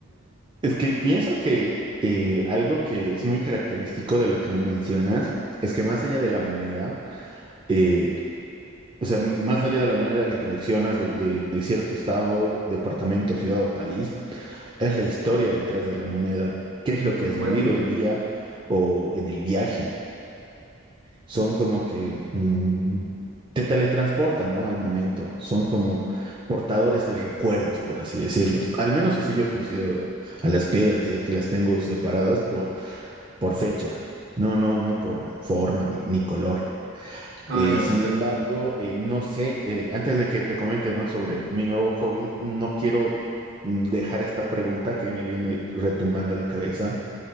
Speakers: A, on the right; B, on the right.
A: Es que pienso que eh, algo que es muy característico de lo que me mencionas es que más allá de la moneda, eh, o sea, más allá de la moneda que coleccionas de, de- de cierto estado, departamento, ciudad o país, es la historia detrás de la moneda.
B: <laughs>
A: ¿Qué es lo
B: Por
A: que has
B: supuesto.
A: vivido el día o en el viaje? Son
B: Mm.
A: como que mm, te teletransportan, ¿no? Al momento. Son como portadores de recuerdos, por así decirlos. Al menos así yo considero a las piedras, ya que las tengo separadas por por fecha, no, no, no por forma ni, ni color.
B: Ah,
A: Eh,
B: ya,
A: sin
B: perfecto.
A: embargo, eh, no sé, eh, antes de que te comente, ¿no? sobre mi nuevo hobby, no quiero mm, dejar esta pregunta que me viene retumbando la cabeza.